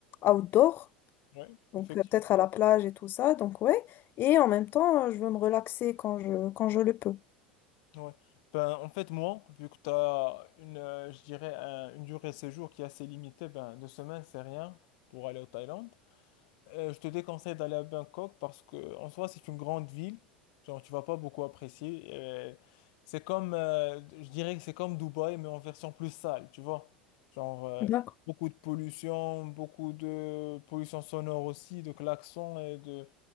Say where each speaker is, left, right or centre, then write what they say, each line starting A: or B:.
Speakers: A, on the left (about 40°); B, on the left (about 55°).
A: outdoor,
B: Ouais,
A: donc
B: effectivement
A: euh, peut-être à la plage et tout ça. Donc, ouais. Et en même temps, euh, je veux me relaxer quand je, quand je le peux.
B: Ouais. Ben, en fait, moi, vu que tu as une, euh, je dirais, un- une durée de séjour qui est assez limitée, ben, deux semaines, c'est rien pour aller au Thaïlande. Euh, je te déconseille d'aller à Bangkok parce que, en soi, c'est une grande ville. Genre, tu vas pas beaucoup apprécier. Et C'est comme, euh, je dirais que c'est comme Dubaï, mais en version plus sale, tu vois. Genre, euh,
A: D'accord.
B: beaucoup de pollution, beaucoup de pollution sonore aussi, de klaxons et de,